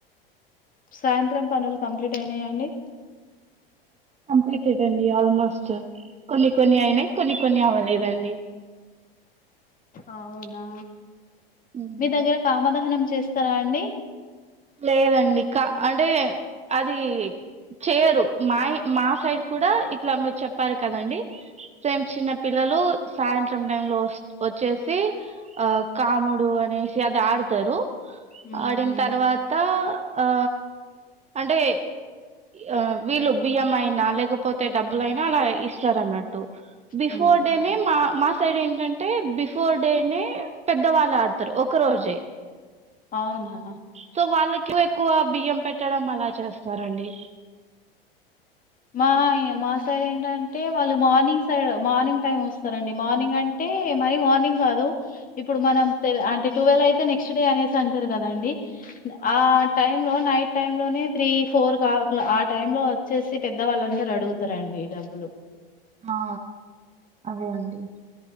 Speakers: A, on the left; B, on the right.
A: సాయంత్రం పనులు కంప్లీట్ అయినాయా అండి
B: కంప్లీట్ అదండి ఆల్మోస్ట్ కొన్ని కొన్ని అయినాయి కొన్ని కొన్ని అవ్వలేదండి
A: అ నా
B: ఉమ్.
A: మీ దగ్గర కామదహనం చేస్తారా అండి
B: లేదండి కా అంటే అది చేయరు మా మా సైడ్ కూడా ఇట్లా మీరు చెప్పారు కదండి సేమ్ చిన్న పిల్లలు సాయంత్రం టై లో వచ్చేసి ఆ కాముడు అనేసి అది ఆడతారు
A: ఉహు
B: ఆడిన తర్వాత ఇ ఆ అంటే ఆ వీళ్ళు బియ్యం అయినా లేకపోతే డబ్బులయినా అలా ఇస్తారు అన్నట్టు బిఫోర్
A: ఉహు
B: డేమి మా సైడ్ ఏంటంటే బిఫోర్ డే పెద్దవాళ్ళు ఆడతారు ఒక రోజే
A: అవునా
B: సో వాళ్ళ ఎక్కువ ఎక్కువ బియ్యం పెట్టడం అలా చేస్తారండి
A: మా మా సైడ్ ఏంటంటే వాళ్ళు మార్నింగ్ సైడ్ మార్నింగ్ టైమ్ వస్తారండి, మార్నింగ్ అంటే మర మార్నింగ్ కాదు ఇప్పుడు మనం అంటే టువెల్వ అయితే నెక్స్ట్ డే అనేసి అంటారు కదండి. ఆ టైమ్ లో నైట్ టైములోనే త్రీ ఫోర్ కా ఆ టైం లో వచ్చేసి పెద్దవాళ్ళందరు అడుగుతారండి డబ్బులు
B: ఆ అదే అండి